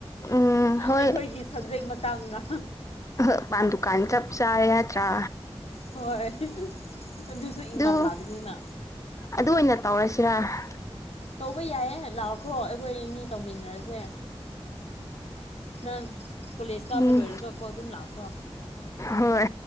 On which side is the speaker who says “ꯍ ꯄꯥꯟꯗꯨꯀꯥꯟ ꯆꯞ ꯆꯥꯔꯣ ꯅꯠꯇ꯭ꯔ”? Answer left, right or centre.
Left